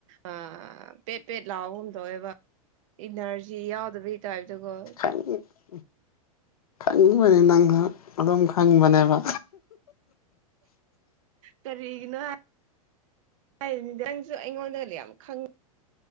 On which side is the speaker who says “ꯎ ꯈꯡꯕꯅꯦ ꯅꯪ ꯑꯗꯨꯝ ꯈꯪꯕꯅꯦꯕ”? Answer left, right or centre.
Left